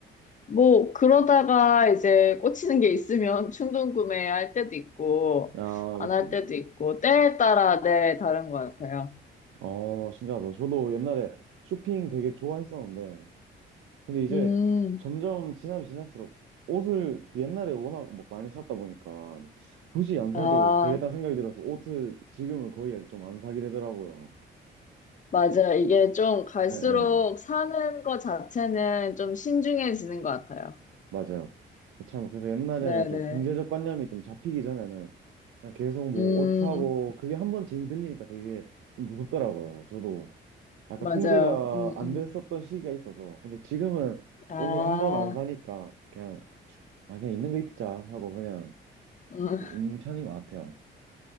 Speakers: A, on the left; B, on the right.
A: 뭐, 그러다가 이제 꽂히는 게 있으면 충동 구매할 때도 있고,
B: 아,
A: 안
B: 그쵸.
A: 할 때도 있고, 때에 따라 네, 다른 것 같아요.
B: 어, 신기하다. 저도 옛날에 쇼핑 되게 좋아했었는데, 근데 이제
A: 음,
B: 점점 지나면 지날수록 옷을 그 옛날에 워낙 막 많이 샀다 보니까 굳이 안
A: 아,
B: 사도 되겠다 생각이 들어서 옷을 지금은 거의 좀 안 사게 되더라고요.
A: 맞아요. 이게 좀 갈수록
B: 예, 예,
A: 사는 것 자체는 좀 신중해지는 것 같아요.
B: 맞아요. 참, 그래서 옛날에는
A: 네네.
B: 좀 경제적 관념이 좀 잡히기 전에는 그냥 계속 뭐
A: 음,
B: 옷 사고 그게 한 번 재미 들리니까 되게 좀 무섭더라고요. 저도 약간
A: 맞아요.
B: 통제가
A: 음,
B: 안
A: 음.
B: 됐었던 시기가 있어서. 근데 지금은
A: 아,
B: 옷을 한 번 안 사니까 그냥, 아, 그냥 있는 거 입자 하고 그냥
A: 음, <laughs>
B: 좀 있는 편인 것 같아요.